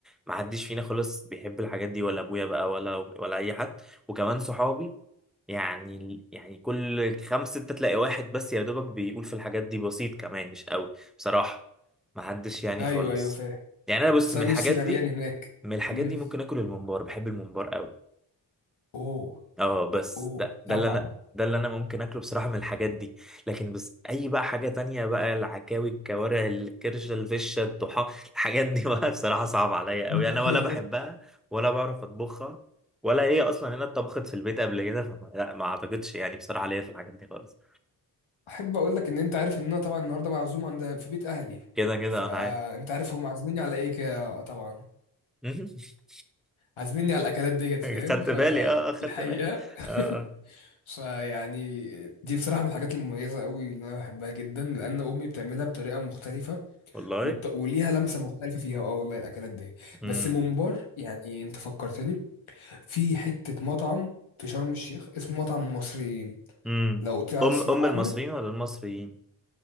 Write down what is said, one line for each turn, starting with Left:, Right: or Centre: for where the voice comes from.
Centre: ما حدش فينا خالص بيحب الحاجات دي ولا ابويا بقى ولا ولا اي حد وكمان صحابي يعني يعني كل خمسة ستة تلاقي واحد بس يا دوبك بيقول في الحاجات دي بسيط كمان مش قوي بصراحة ما حدش يعني
Left: ايوه
Centre: خالص
Left: ايوه فاهم
Centre: يعني انا بص
Left: بس
Centre: من
Left: انا
Centre: الحاجات
Left: نفسي رميان
Centre: دي
Left: هناك
Centre: من الحاجات
Left: امم
Centre: دي ممكن اكل الممبار بحب الممبار قوي
Left: اوه
Centre: اه بس
Left: اوه
Centre: ده ده
Left: طبعا
Centre: اللي انا ده اللي انا ممكن اكله بصراحه من الحاجات دي لكن بس اي بقى حاجه تانية بقى العكاوي الكوارع الكرشه الفشه الطحا الحاجات دي بقى <laughs> بصراحه صعب عليا
Left: <laughs>
Centre: قوي انا ولا بحبها ولا بعرف اطبخها ولا هي اصلا هنا اتطبخت في البيت قبل كده فما لا ما اعتقدش يعني بصراحه ليا في الحاجات دي خالص
Left: احب اقول لك ان انت عارف ان انا طبعا النهارده معزوم عند في بيت اهلي
Centre: كده كده
Left: فانت
Centre: انا عارف
Left: عارف هم عازميني على ايه كده آه، طبعا
Centre: <laughs>
Left: عازميني على الاكلات ديت فاهم
Centre: خدت
Left: فالحقيقه
Centre: بالي اه اه خدت بالي اه اه
Left: <laughs> فيعني دي بصراحه من الحاجات المميزه قوي اللي انا بحبها جدا لان امي بتعملها بطريقه مختلفه
Centre: والله
Left: والط... وليها لمسه مختلفه فيها اه والله الاكلات دي
Centre: امم
Left: بس ممبار يعني انت فكرتني في حته مطعم في شرم الشيخ اسمه مطعم المصريين
Centre: امم
Left: لو تسمع
Centre: ام ام المصريين
Left: عنه
Centre: ولا المصريين